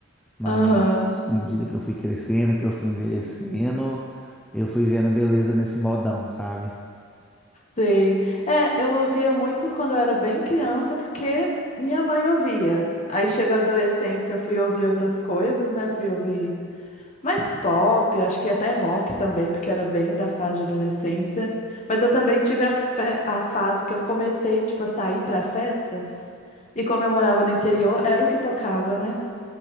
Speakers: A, in the centre; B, on the left.
A: mas
B: Aham,
A: à medida que eu fui crescendo, que eu fui envelhecendo, eu fui vendo beleza nesse modão, sabe?
B: sei. É, eu ouvia muito quando eu era bem criança, porque minha mãe ouvia. Aí chegou a adolescência, eu fui ouvir outras coisas, né? Fui ouvir. mais pop, acho que até rock também, porque era bem da fase de adolescência. Mas eu também tive a, fe- a fase que eu comecei, tipo, a sair para festas. E como eu morava no interior, era o que tocava, né?